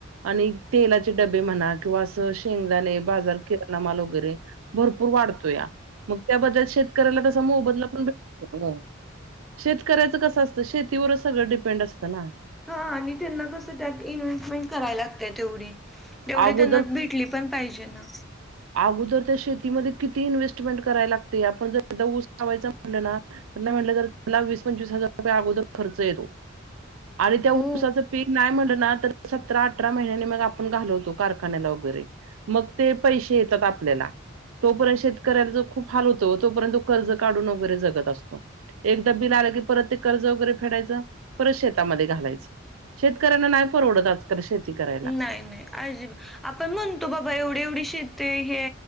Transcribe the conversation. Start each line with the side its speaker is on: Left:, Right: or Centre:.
Right: आणि तेलाचे डबे म्हणा किंवा असं शेंगदाणे बाजार किराणा माल वगैरे भरपूर वाढतोया, मग त्याबद्दल शेतकऱ्याला तसा मोबदला पण भ भेटतो ना. शेतकऱ्याचं कसं असतं, शेतीवरचं सगळं डिपेंड असतं ना.
Centre: हा आणि त्यांना कस त्यात इन्व्हेस्टमेंट कराया लागत्या तेवढी एवढे
Right: अगोदर
Centre: त्यांना भेटली पण पाहिजे ना
Right: अगोदर त्या शेतीमध्ये किती इन्व्हेस्टमेंट करायला लागते. आपण जर एकदा ऊस लावायच म्हटलं ना नाही म्हटलं तर त्याला वीस पंचवीस हजार रुपये अगोदर खर्च येतो. आणि त्या ऊसाचं
Centre: हो
Right: पीक नाही म्हटलं ना तर सतरा अठरा महिन्याने मग आपण घालवतो. कारखान्याला वगैरे मग ते, पैसे येतात आपल्याला. तोपर्यंत शेतकऱ्यांचं खूप हाल होतो. ओ तोपर्यंत तो कर्ज काढून वगैरे जगत असतो. एकदा बिन आलं की परत ते कर्ज वगैरे फेडायचं. परत शेतामध्ये घालायचं शेतकऱ्यांना नाही परवडत आज तर शेती करा
Centre: नाही नाही अजीबा. आपण म्हण तो बाबा एवढी एवढी शेती हे